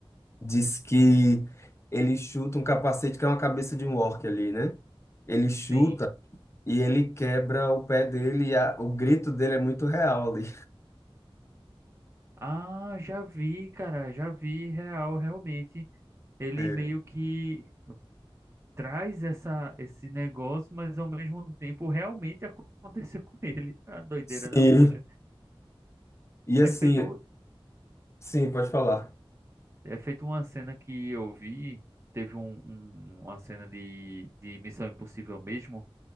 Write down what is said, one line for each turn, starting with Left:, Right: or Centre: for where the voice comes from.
Left: diz que ele chuta um capacete que é uma cabeça de um orc ali, né? Ele chuta
Right: Sim.
Left: e ele quebra o pé dele e a- o grito dele é muito real ali.
Right: Ah, já vi, cara, já vi real, realmente. Ele
Left: <laughs>
Right: meio que traz essa, esse negócio, mas ao mesmo tempo realmente aconteceu <laughs> com ele. A doideira
Left: Sim.
Right: da puta.
Left: E
Right: É
Left: assim,
Right: feito,
Left: sim, pode falar.
Right: é feito uma cena que eu vi, teve um, um- uma cena de, de Missão Impossível mesmo,